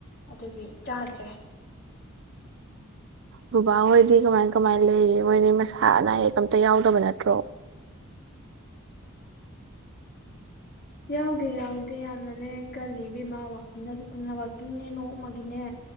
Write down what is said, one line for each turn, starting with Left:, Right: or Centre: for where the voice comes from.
Left: ꯑꯗꯨꯗꯤ ꯆꯥꯗ꯭ꯔꯦ
Right: ꯕꯕꯥꯍꯣꯏꯗꯤ ꯀꯃꯥꯏ ꯀꯃꯥꯏ ꯂꯩꯔꯤ ꯃꯣꯗꯤꯅꯤ ꯃꯁꯥ ꯑꯅꯥ ꯑꯌꯦꯛꯀ ꯑꯝꯇ ꯌꯥꯎꯗꯕ ꯅꯠꯇ꯭ꯔꯣ
Left: ꯌꯥꯎꯗꯦ ꯌꯥꯎꯗꯦ ꯌꯥꯝꯅꯅꯦ ꯀꯜꯂꯤ ꯏꯕꯦꯝꯃꯥ ꯋꯥꯛꯀꯤꯡꯒ ꯆꯠꯇꯅ ꯋꯥꯛꯀꯤꯡꯅꯦ ꯅꯣꯛꯝꯃꯒꯤꯅꯦ